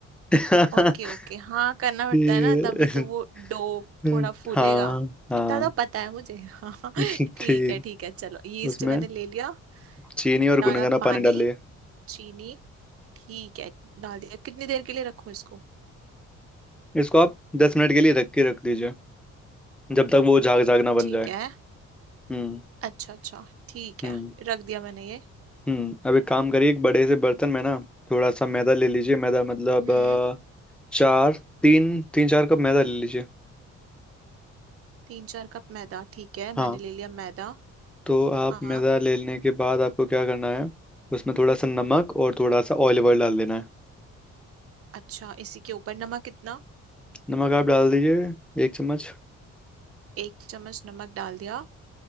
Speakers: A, in the centre; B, on the right (about 50°).
A: <laughs>
B: ओके ओके हाँ करना पड़ता
A: ठीक
B: है ना तभी तो वो डो
A: है।
B: थोड़ा फूलेगा
A: हाँ हाँ
B: इतना तो पता है मुझे <laughs> हाँ
A: ठीक
B: ठीक है ठीक है चलो यीस्ट
A: उसमें
B: मैंने ले लिया
A: चीनी और
B: डाला
A: गुनगुना
B: पानी
A: पानी डालिए
B: चीनी ठीक है डाल दिया कितनी देर के लिए रखूं इसको
A: इसको आप दस मिनट के लिए ढक के रख दीजिए जब तक वो झाग झाग ना
B: ठीक
A: बन जाए
B: है
A: हम्म
B: अच्छा अच्छा ठीक
A: हम्म
B: है रख दिया मैंने ये
A: हम्म अब एक काम करिए एक बड़े से बर्तन में ना थोड़ा सा मैदा ले लीजिए मैदा मतलब
B: हम्म
A: अ, चार तीन तीन चार कप मैदा ले लीजिए
B: तीन चार कप मैदा ठीक है
A: हाँ
B: मैंने ले लिया मैदा
A: तो आप
B: हाँ
A: मैदा ले लेने के बाद आपको क्या करना है उसमें थोड़ा सा नमक और थोड़ा सा ऑलिव ऑयल डाल देना है
B: अच्छा इसी के ऊपर नमक कितना
A: नमक आप डाल दीजिए एक चम्मच
B: एक चम्मच नमक डाल दिया